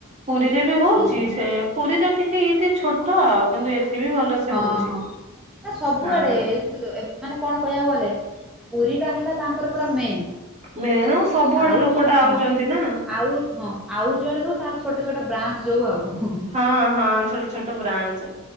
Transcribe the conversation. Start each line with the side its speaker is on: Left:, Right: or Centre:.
Right: ପୁରୀରେ ବି ହଉଚି
Centre: ହୁଁ
Right: ସେ ପୁରୀରେ ଏଠେଇ ଇଏ ଟିକେ ଛୋଟ ଆଉ କିନ୍ତୁ ଏଠି ବି ଭଲସେ
Centre: ହଁ
Right: ହଉଚି
Centre: ହଁ। ନା
Right: ହଁ।
Centre: <unintelligible> ମାନେ କଣ କହିଆକୁ ଗଲେ ପୁରୀ ଟା ହେଲା ତାଙ୍କର ପୁରା ମେନ୍।
Right: ମେନ ସବୁଆଡୁ
Centre: ଆଉ
Right: ଲୋକଟା
Centre: ଯୋଆ ହଁ
Right: ଆଉଛନ୍ତି ନା
Centre: ଆଉ ହଁ। ଆଉ ଯୁଆଡେ ସବୁ ତାର ଛୋଟ ଛୋଟ ବ୍ରାଞ୍ଚ ଯୋଉ ଆଉ।
Right: ହଁ ହଁ ଛୋଟ ଛୋଟ ବ୍ରାଞ୍ଚ